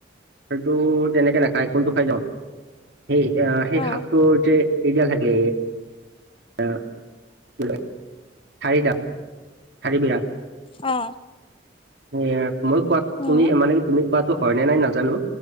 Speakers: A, on the right; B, on the left.
A: আলটো তেনেকে নাখায় কোনটো খাই <unintelligible> সেই সেই
B: অ
A: শাকটোৰ যে এইডাল থাকে <unintelligible> ঠাৰিডাল, ঠাৰিবিলাক।
B: অ।
A: এ মই কোৱাত
B: উম
A: তুমি মানে কি তুমি কোৱাতো হয় নে নাই নাজানো।